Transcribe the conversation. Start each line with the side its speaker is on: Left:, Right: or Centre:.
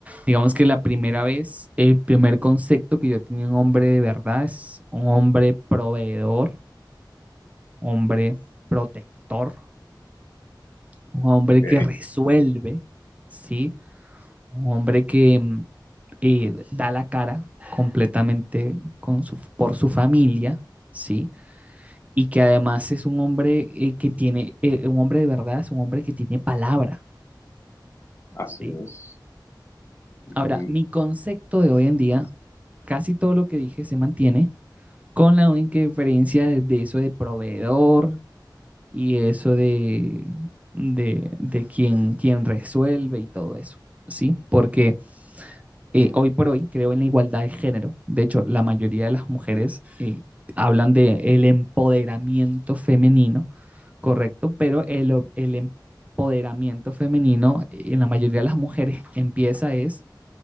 Right: digamos que la primera vez, el primer concepto que yo tenía un hombre de verdad es un hombre proveedor, hombre protector, un hombre
Left: Ok,
Right: que resuelve, ¿sí? Un hombre que mm, eh, da la cara completamente con su, por su familia, ¿sí? y que además es un hombre eh, que tiene, eh, un hombre de verdad, es un hombre que tiene palabra,
Left: así
Right: ¿sí?
Left: es. Ujú.
Right: Ahora, mi concepto de hoy en día, casi todo lo que dije se mantiene, con la única diferencia de, de eso de proveedor y eso de, de, de quien, quien resuelve y todo eso, ¿sí? Porque eh, hoy por hoy creo en la igualdad de género. De hecho, la mayoría de las mujeres eh, hablan de el empoderamiento femenino correcto, pero el, el empoderamiento femenino en la mayoría de las mujeres <laughs> empieza es